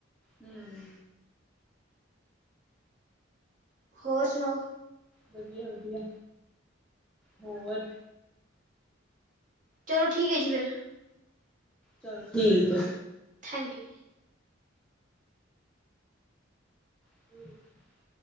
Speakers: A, in the centre; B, on the right (about 40°).
A: ਹੂੰ।
B: ਹੋਰ ਸੁਨਾਓ?
A: ਵਧੀਆ ਵਧੀਆ ਹੋਰ?
B: ਚਲੋ, ਠੀਕ ਏ ਜੀ ਫੇਰ।
A: ਚਲੋ ਠੀਕ ਐ।
B: ਥੈਂਕ ਯੂ ਜੀ
A: <unintelligible>